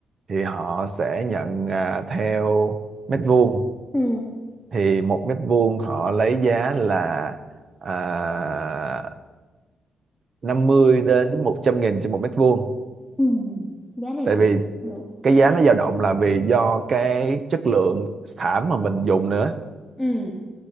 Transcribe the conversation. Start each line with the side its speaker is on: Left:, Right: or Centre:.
Right: thì họ sẽ nhận à, theo mét vuông
Centre: ừ,
Right: thì một mét vuông họ lấy giá là à, 50 đến 100 nghìn trên một mét vuông
Centre: ừ. Giá này
Right: tại
Centre: cũng
Right: vì
Centre: được, chị
Right: cái giá
Centre: thấy.
Right: nó dao động là vì do cái chất lượng thảm mà mình dùng nữa
Centre: Ừ,